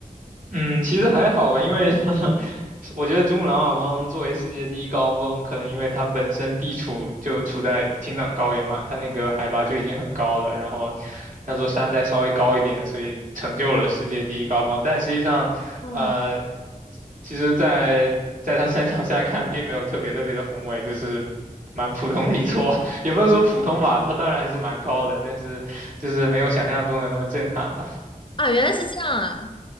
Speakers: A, on the right; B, on the left.
A: 嗯，其实还好吧，因为 <laughs> 我觉得珠穆朗玛峰作为世界第一高峰，可能因为它本身地处就处在青藏高原嘛，它那个海拔就已经很高了，然后那座山再稍微高一点，所以成就了世界第一高峰。但实际上，
B: 哇！
A: 呃，其实在，在它山脚下看，并没有特别特别的宏伟，就是蛮普通的一座，<laughs> 也不能说普通吧，它当然还是蛮高的，但是就是没有想象中的那么震撼吧。
B: 啊，原来是这样啊！